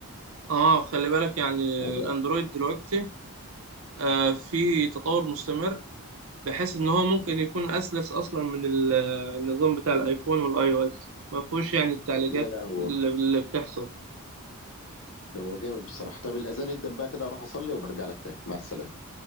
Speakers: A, on the right; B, on the left.
A: اه خلي بالك يعني
B: حاجه
A: الأندرويد دلوقتي آه، في تطور مستمر بحيث إن هو ممكن يكون أسلس أصلا من ال- النظام بتاع الآيفون والآي أو إس ما فيهوش يعني التعليقات
B: لا لا هو
A: اللي اللي بتحصل
B: هو جامد بصراحه طب الاذان ادن بقى كده اروح اصلي وبرجع لك تاني مع السلامه